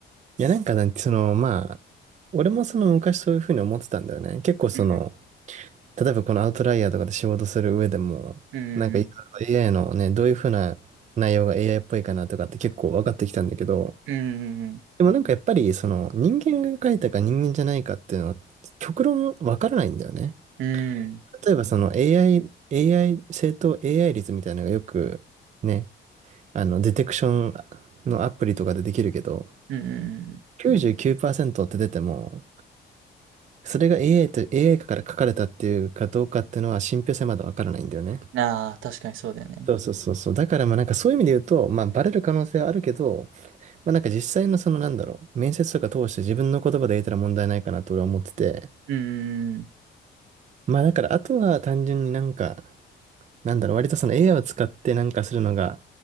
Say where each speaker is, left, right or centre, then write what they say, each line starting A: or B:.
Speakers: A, on the right; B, on the right.
A: いやなんかなんてその、まあ、俺もその昔そういうふうに思ってたんだよね。結構その、
B: うん、
A: 例えばこのアウトライヤーとかで仕事する上でも、
B: うん、
A: なんかいろいろ AI のね、どういうふうな内容が AI っぽいかなとかって結構分かってきたんだけど、
B: うん、うん、
A: でもなんかやっぱりその人間が書いたか人間じゃないかっていうのは極論分からないんだよね。
B: うん、
A: 例えばその AI、AI、正当 AI 率みたいなのがよくね、あのデテクションのアプリとかでできるけど、
B: うん、う
A: 99%って出ても、それが AI と AI から書かれたっていうかどうかっていうのは信憑性まだ分からないんだよね。
B: ん。ああ、確かにそうだよね。
A: そうそうそうそう。だからまあなんかそういう意味で言うと、まあバレる可能性はあるけど、まあなんか実際のそのなんだろう、面接とか通して自分の言葉で言えたら問題ないかなと俺は思ってて、
B: うん、
A: まあだからあとは単純になんか、なんだろう、割とその AI を使ってなんかするのが